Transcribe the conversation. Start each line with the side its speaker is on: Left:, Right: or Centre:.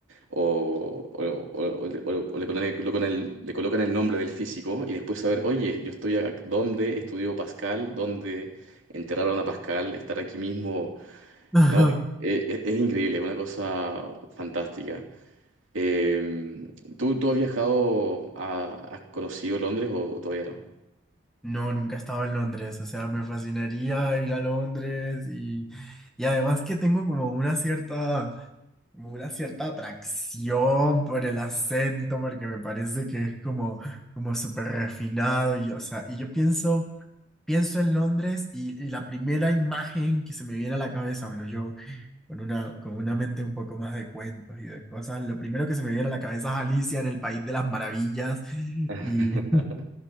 Right: o, o- o- o le o- le colocan el, colocan el- le colocan el nombre del físico y después saber, oye, yo estoy a- dónde estudió Pascal, dónde enterraron a Pascal, estar aquí mismo
Centre: <laughs> Ajá.
Right: no, eh, eh, es, increíble, es una cosa fantástica. Eh, ¿tú, tú has viajado, a- has conocido Londres o todavía no?
Centre: No, nunca he estado en Londres, o sea, me fascinaría ir a Londres y, y además que tengo como una cierta como una cierta atracción por el acento, porque me parece que es como, como súper refinado. Y, o sea, y yo pienso, pienso en Londres y, y la primera imagen que se me viene a la cabeza, bueno, yo con una, con una mente un poco más de cuentos y de cosas, lo primero que se me viene a la cabeza es Alicia en el País de las Maravillas
Right: <laughs>
Centre: y,